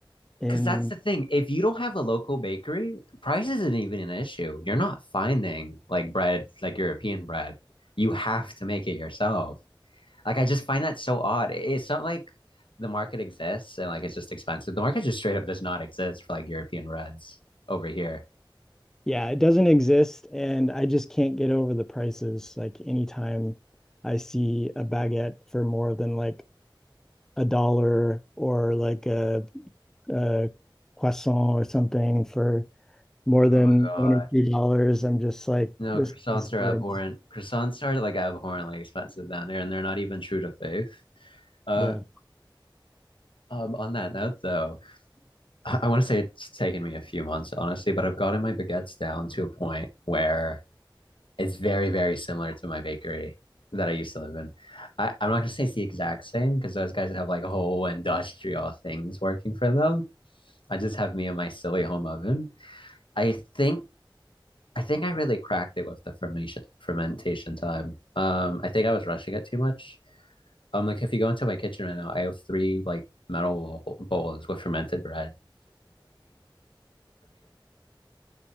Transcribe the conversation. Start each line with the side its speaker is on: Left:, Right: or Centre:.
Centre: And
Left: because that's the thing. If you don't have a local bakery, price isn't even an issue. You're not finding like bread, like European bread. You have to make it yourself. Like I just find that so odd. It's not like the market exists and like it's just expensive. The market just straight up does not exist for like European reds over here.
Centre: yeah, it doesn't exist, and I just can't get over the prices. Like anytime I see a baguette for more than like a dollar or like a, a croissant or something for more than
Left: Oh my God.
Centre: one or two dollars, I'm just like,
Left: No,
Centre: this
Left: croissants
Centre: is good.
Left: are abhorrent. Croissants are like abhorrently expensive down there, and they're not even true to faith. Uh,
Centre: Yeah.
Left: um, on that note, though, I, I want to say it's taken me a few months, honestly, but I've gotten my baguettes down to a point where It's very, very similar to my bakery that I used to live in. I, I'm not gonna say it's the exact same because those guys have like whole industrial things working for them. I just have me and my silly home oven. I think I think I really cracked it with the fermentation fermentation time. Um, I think I was rushing it too much. Um, like if you go into my kitchen right now, I have three like metal bowl- bowls with fermented bread